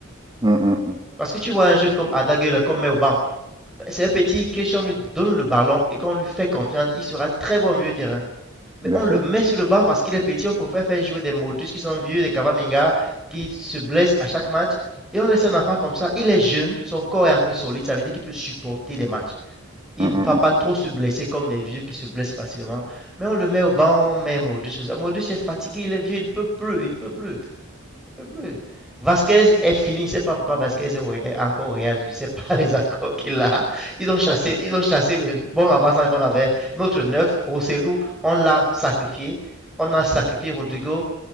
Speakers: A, on the right; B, in the centre.
A: Hum, hum, hum.
B: Parce que tu vois un jeune comme Adaguele, comme Meoban, c'est un petit que si on lui donne le ballon et qu'on lui fait confiance, il sera très bon au milieu du terrain. Mais
A: Bien
B: on
A: sûr.
B: le met sur le banc parce qu'il est petit, on préfère faire jouer des Modric qui sont vieux, des Kavaminga qui se blessent à chaque match. Et on laisse un enfant comme ça, il est jeune, son corps est encore solide, ça veut dire qu'il peut supporter des matchs. Il
A: Hum, hum,
B: ne va pas trop
A: hum.
B: se blesser comme les vieux qui se blessent facilement. Mais on le met au banc, on met Modric. Modric est fatigué, il est vieux, il ne peut plus, il ne peut plus peut plus. Vasquez est fini. Je ne sais pas pourquoi Vasquez est encore au Real. Je ne sais pas <laughs> les accords qu'il a. Ils ont chassé, ils ont chassé le bon avant-centre qu'on avait. Notre neuf, Rossellou, on l'a sacrifié. On a sacrifié Rodrigo.